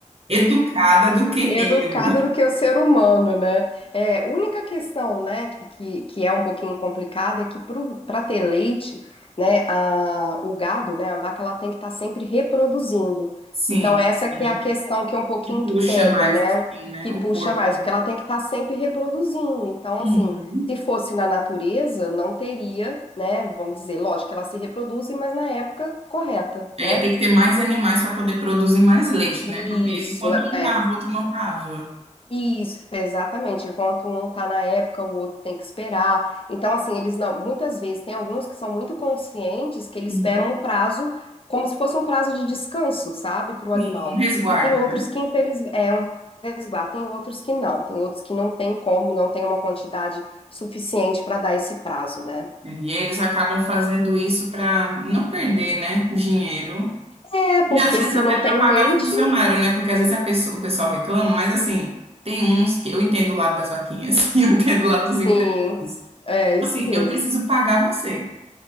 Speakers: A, on the right (about 50°); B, on the left (about 45°).
A: educada do que
B: Educado
A: eu.
B: do que o ser humano, né? É, única questão, né, que, que, que é um pouquinho complicada é que para ter leite, né, a, o gado, né, a vaca, ela tem que estar sempre reproduzindo.
A: Sim,
B: Então, essa que
A: a gente
B: é a questão que é um pouquinho
A: puxa
B: que pega,
A: mais,
B: né,
A: assim, né,
B: que
A: o
B: puxa
A: corpo.
B: mais, porque ela tem que estar sempre reproduzindo. Então,
A: Uhum.
B: assim, se fosse na natureza, não teria, né, vamos dizer, lógico que elas se reproduzem, mas na época correta,
A: É,
B: né?
A: tem que ter mais animais para poder produzir mais leite, né? Porque
B: Isso,
A: enquanto um
B: é,
A: cava, o outro não cava.
B: Isso, exatamente. Enquanto um tá na época, o outro tem que esperar. Então, assim, eles não. Muitas vezes tem alguns que são muito conscientes que eles
A: Uhum.
B: esperam um prazo, como se fosse um prazo de descanso, sabe, para o animal.
A: Sim, um resguardo,
B: E tem outros
A: né?
B: que, infelizmente, é um resguardo. Tem outros que não. Tem outros que não tem como, não tem uma quantidade suficiente para dar esse prazo, né?
A: E eles acabam fazendo isso para não perder, né, dinheiro.
B: É, porque
A: E às vezes
B: se
A: até
B: não
A: para
B: tem
A: pagar
B: leite,
A: funcionário, né? Porque às vezes a pessoa- o pessoal reclama, mas assim, tem uns que eu entendo o lado das vaquinhas <laughs> e eu entendo o lado dos empresários.
B: sim. É isso
A: Assim,
B: mesmo.
A: eu preciso pagar você.